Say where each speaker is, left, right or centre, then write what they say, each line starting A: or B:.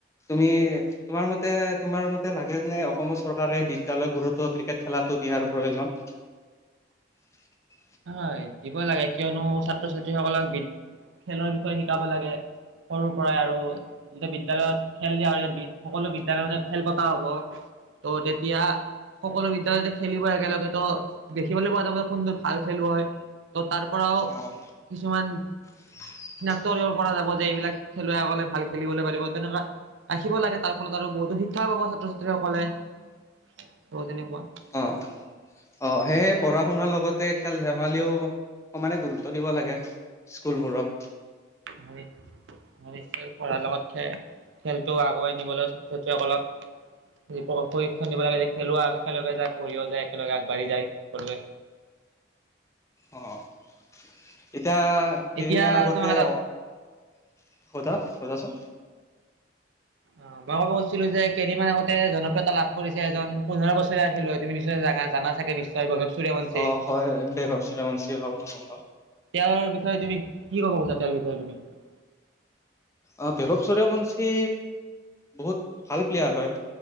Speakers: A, on the left; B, on the right.
A: তুমি, তোমাৰ মতে, তোমাৰ মতে লাগে নে অসমৰ চৰকাৰে বিদ্যালয়বোৰতো ক্ৰিকেট খেলা টো দিয়াৰ প্ৰয়োজন।
B: হয়, দিব লাগে কিয়নো, ছাত্ৰ-ছাত্ৰীসকলক বিদ খেলৰ বিষয়ে শিকাব লাগে। সৰুৰ পৰাই আৰু যে বিদ্যালয়ত খেল দিয়া হয়, সকলো বিদ্যালয়তে খেল পতা হ'ব। ত' তেতিয়া সকলো বিদ্যালয়তে খেলিব একেলগে ত' দেখিবলৈ পোৱা যাব কোনজন ভাল খেলুৱৈ ত' তাৰ পৰাও
A: অ',
B: কিছুমান
A: <unintelligible>
B: চিনাক্ত কৰিব পৰা যাব যে এইবিলাক খেলুৱৈ আগলে ভাল খেলিবলৈ পাৰিব, তেনেকুৱা ৰাখিব লাগে তাৰ ফলত আৰু বহুতো শিক্ষা পাব ছাত্ৰ-ছাত্ৰীসকলে। ত' তেনেকুৱা।
A: অ'। অ'সেয়ে পঢ়া শুনাৰ লগতে খেল-ধেমালিও সমানে গুৰুত্ব দিব লাগে। স্কুলবোৰত।
B: হয়, হয়, হয়। পঢ়াৰ লগত খেল খেলটো আগুৱাই নিবলৈ ছাত ছাত্ৰীসকলক প প্ৰশিক্ষণ দিব লাগে যে খেলুৱ একেলগে যায়, পঢ়িও যায় একেলগে আগবাঢ়ি যায়, সকলোৱে।
A: অ'ইত তা কেইদিনমান
B: এতিয়া
A: আগতে
B: তোমাক এটা
A: অ'সোধা। সুধাচোন।
B: অ' মই ক'ব কৈছিলো যে, কেদিনমান আগতে জনপ্ৰিয়তা লাভ কৰিছে এজন পোন্ধৰ বছৰীয়া খেলুৱৈ তুমি নিশ্চয় জা সেইকাৰণে জানা চাগে নিশ্চয় বৈভৱ সূৰ্য়বংশী,
A: অ', হয় বৈভৱ সূৰ্যবংশী হয় মই গম পাওঁ।
B: তেওঁৰ বিষয়ে তুমি কি ক'ব খোজা? <unintelligible>
A: অ' বৈভৱ সূৰ্য়বংশী বহুত ভাল প্লেয়াৰ হয়।